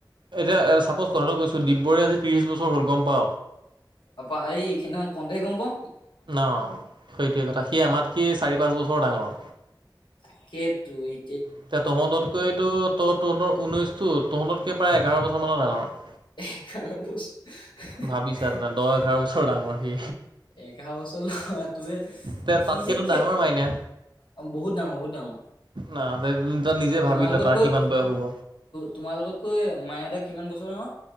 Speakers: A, on the right (about 75°); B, on the left (about 80°).
A: এতিয়া চাপ'জ কথাটো কৈছো দিববৰে আজি ত্ৰিশ বছৰ হ'ল গম পা
B: আ প এই সদিনা ক দে গম পা
A: ন সেইটোৱেই কথা সি আমাৰ সি চাৰি পাঁচ বছৰ ডাঙৰ
B: তাকেইেতো এই
A: এতিয়া তহঁততকৈ তো ত তহঁতৰ ঊনৈশ টো তহঁততকে প্ৰায় এঘাৰ বছৰ মানৰ ডাঙৰ
B: এ খাৰচ <unintelligible>
A: ভাবিছা তেনে দহ এঘাৰ বছৰ ডাঙৰ সি
B: এঘ বছৰ ল তে
A: তে
B: সি
A: তাতকেতো
B: যে কিয়?
A: ডাঙৰ মাইনা
B: অ', বহুত ডাঙৰ বহুত ডাঙৰ
A: ন তই নিজে ভাবি
B: তোমালোকতকৈ
A: ল তাৰ কিমান বয়স হ'ব
B: তোমালোকতকৈ মানে কিমান বছৰ ন